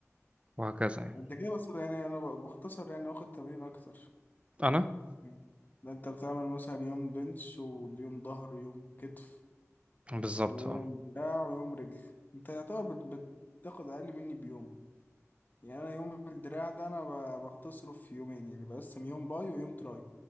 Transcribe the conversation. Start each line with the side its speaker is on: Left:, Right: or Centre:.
Right: وهكذا يعني
Left: انت كده بس يعني انا ب- بختصر يعني واخد تمرين اكتر
Right: انا
Left: مم. ده انت بتعمل مثلا يوم بنش ويوم ظهر ويوم كتف
Right: بالظبط
Left: ويوم
Right: اه
Left: دراع ويوم رجل انت يعتبر بت- بتاخد اقل مني بيوم يعني انا يوم الدراع ده انا ب- بختصره في يومين يعني بقسم يوم باي ويوم تراي